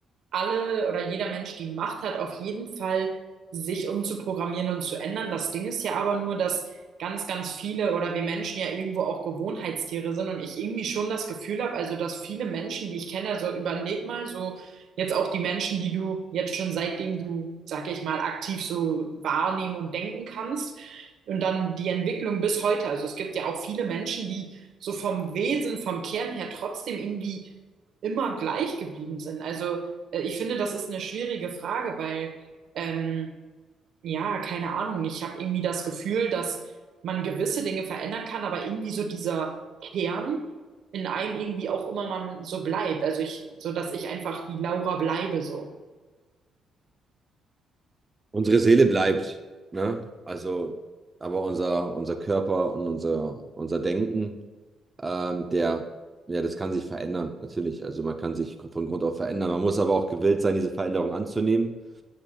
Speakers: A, on the right (about 70°); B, on the right (about 20°).
A: alle oder jeder Mensch die Macht hat, auf jeden Fall sich umzuprogrammieren und zu ändern. Das Ding ist ja aber nur, dass ganz, ganz viele oder wir Menschen ja irgendwo auch Gewohnheitstiere sind und ich irgendwie schon das Gefühl habe, also dass viele Menschen, die ich kenne, also überleg mal so jetzt auch die Menschen, die du jetzt schon seitdem du, sag ich mal, aktiv so wahrnehmen und denken kannst und dann die Entwicklung bis heute. Also es gibt ja auch viele Menschen, die so vom Wesen, vom Kern her trotzdem irgendwie immer gleich geblieben sind. Also äh, Ich finde, das ist eine schwierige Frage, weil, ähm, ja, keine Ahnung, ich habe irgendwie das Gefühl, dass man gewisse Dinge verändern kann, aber irgendwie so dieser Kern in einem irgendwie auch immer man so bleibt. Also ich, so dass ich einfach die Laura bleibe so.
B: Unsere Seele bleibt, ne? Also, aber unser, unser Körper und unser, unser Denken, ähm, der, ja, das kann sich verändern, natürlich. Also man kann sich von Grund auf verändern. Man muss aber auch gewillt sein, diese Veränderung anzunehmen